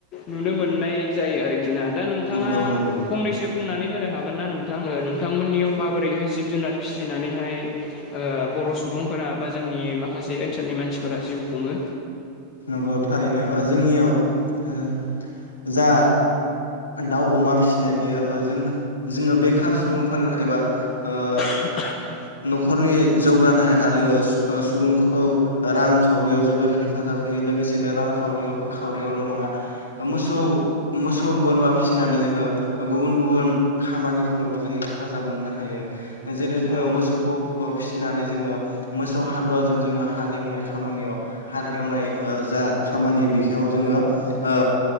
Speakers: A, on the left (about 35°); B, on the left (about 70°).
A: नुनो मोन नाय जायो आरोखि ना। दा
B: नंगौ
A: नोंथाङा
B: नंगौ
A: फंनैसो बुंनानै होनो हागोन ना नोंथाङो नोंथांमोननियाव माबोरैहाय जिब जुनार फिसिनानैहाय बर' सुबुंफोरा बा जोंनि माखासे ओनसोलनि मानसिफोरा जिउ खुङो।
B: नंगौ थारैनो ओ जोंनियाव ओ जा दाउ अमा फिसिनाय बेयो ओ जों जोङो बेखार सुबुंफोर एबा ओ
A: <unintelligible>
B: न'खरनि जौगानाय आरो सु सुबुंखौ रांखावरियाव जोबद हेफाजाब हो होयो लोगोसेनो खावरियाव खावरियावल' नङा मोसौ मोसौ बोरमा फिसिनानै जोङो गुबुन गुबुन खामानिफोरावबो जोङो हेफाजाब मोननो हायो जेरै जोङो
A: औ
B: मोसौ खौ ओ फिसिनानै जोङो मोसौ हालुवाजों जोङो हाल एवनाय खामानियाव हाल एवनाय ओ जा खामानि बिखौ जोंङो ओ